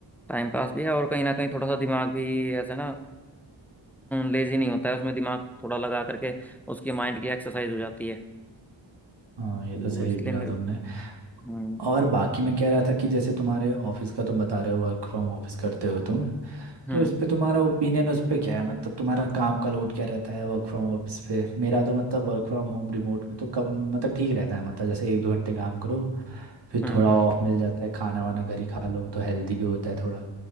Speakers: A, in the centre; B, on the right (about 60°).
A: टाइम पास भी है और कहीं ना कहीं थोड़ा सा दिमाग भी ऐसे ना लेजी नहीं होता है उसमें दिमाग थोड़ा लगा करके उसके माइंड की एक्सरसाइज हो जाती है
B: हाँ ये
A: तो
B: तो हम्म, सही
A: इसलिए
B: किया
A: मेरे
B: तुमने
A: हम्म
B: और बाकी मैं कह रहा था कि जैसे तुम्हारे ऑफिस का तुम बता रहे हो वर्क फ्रॉम ऑफिस करते हो तुम
A: हम्म
B: तो इस पे तुम्हारा ओपिनियन उस पे क्या है मतलब तुम्हारा काम का लोड क्या रहता है वर्क फ्रॉम ऑफिस पे मेरा तो मतलब वर्क फ्रॉम होम रिमोट में तो कम मतलब ठीक रहता है मतलब जैसे एक दो घंटे काम करो फिर
A: हम्म
B: थोड़ा ऑफ मिल जाता है खाना वाना घर ही खा लो तो हेल्दी भी होता है थोड़ा